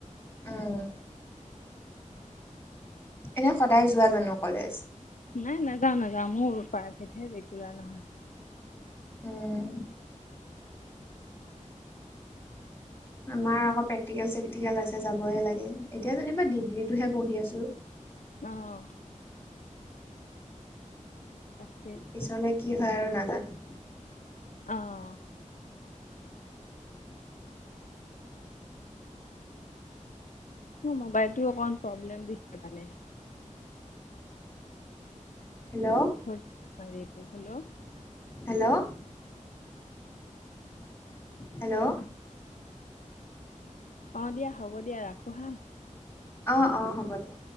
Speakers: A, on the left; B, on the left.
A: উম। এনেই সদায় যোৱা জানো কলেজ?
B: নাই নাযাওঁ নাযাওঁ, মোৰ প্ৰাইভেটহে ৰেগুলাৰ নহয়।
A: উম। আমাৰ আকৌ প্ৰেক্টিকেল চেকটিকেল আছে, যাবই লাগে, এতিয়া যেনিবা ডিগ্ৰীতটোহে পঢ়ি আছো।
B: অ'। তাকে
A: পিছলে কি হয় আৰু নাজানো।
B: অ'। মোৰ মোবাইলটো অকণমান প্ৰব্লেম দিছে মানে।
A: হেল্ল'।
B: <unintelligible> হেল্ল
A: হেল্ল', হেল্ল'
B: অ' দিয়া, হ'ব দিয়া, ৰাখো হা।
A: অ' অ' হ'ব দিয়া।